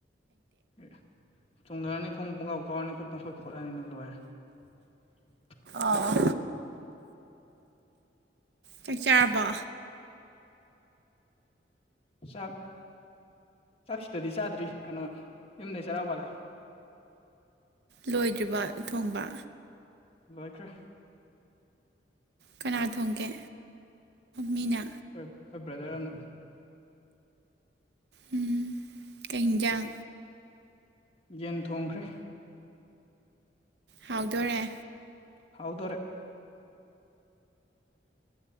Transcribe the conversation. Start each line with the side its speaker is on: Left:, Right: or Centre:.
Left: ꯑꯦ ꯑꯦ ꯆꯣꯡꯗꯔꯅꯤ ꯈꯣꯡ ꯄꯨꯡꯀꯥꯎ ꯀꯥꯎꯔꯅꯤ ꯈꯨꯠ ꯄꯪꯈꯣꯠ ꯈꯣꯠꯂꯅꯤ ꯑꯗꯨꯝ ꯈꯣꯠꯂꯅꯤ ꯑꯗꯨꯝ ꯂꯣꯏꯔꯦ
Right: ꯑꯣ ꯆꯥꯛ ꯆꯥꯥꯔꯕꯣ
Left: ꯆꯠ ꯆꯥꯛ ꯁꯤꯗꯗꯤ ꯆꯥꯗ꯭ꯔꯤ ꯀꯩꯅꯣ ꯌꯨꯝꯗꯩ ꯆꯔꯥ ꯋꯥꯠꯂꯛꯑꯦ
Right: ꯂꯣꯏꯗ꯭ꯔꯤꯕ ꯊꯣꯡꯕ
Left: ꯂꯣꯏꯈ꯭ꯔꯦ
Right: ꯀꯅꯥ ꯊꯣꯡꯒꯦ ꯃꯤꯅ
Left: ꯍꯣꯏ ꯑꯩꯈꯣꯏ ꯕ꯭ꯔꯗꯔꯅ
Right: ꯎꯝ ꯀꯦꯟꯖꯥꯡ
Left: ꯌꯦꯟ ꯊꯣꯡꯈ꯭ꯔꯦ
Right: ꯍꯥꯎꯗꯣꯣꯔꯦ
Left: ꯍꯗꯣꯔꯦ